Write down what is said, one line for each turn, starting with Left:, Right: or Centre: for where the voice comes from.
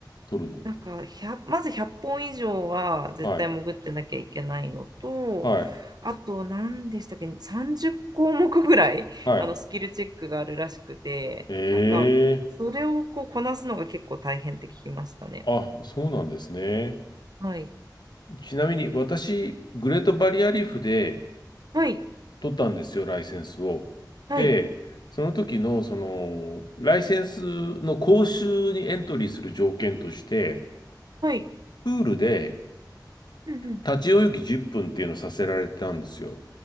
Left: 取る
Right: なんか、1まず100本以上は絶対潜ってなきゃいけないのと、
Left: の。はい。はい。
Right: あと、何でしたっけ、30項目ぐらい、
Left: はい。
Right: あの、スキルチェックがあるらしくて、
Left: ええ
Right: なんか、それをこうこなすのが結構大変って聞きましたね。
Left: あ、そうなんですね。
Right: はい。
Left: ちなみに私、グレートバリアリーフで
Right: はい。
Left: 取ったんですよ、ライセンスを。
Right: はい。
Left: で、その時の、その、ライセンスの講習にエントリーする条件として、
Right: はい。
Left: プールで
Right: うん
Left: 立ち泳ぎ10分っぷんっていうのをさせられてたんですよ。